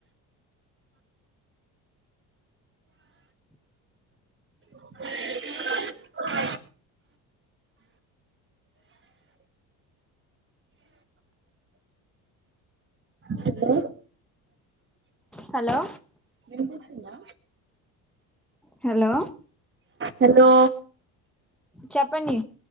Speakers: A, on the right (about 30°); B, in the centre.
A: <unintelligible> హలో
B: హలో
A: వినిపిస్తుందా
B: హలో
A: హలో
B: చెప్పండి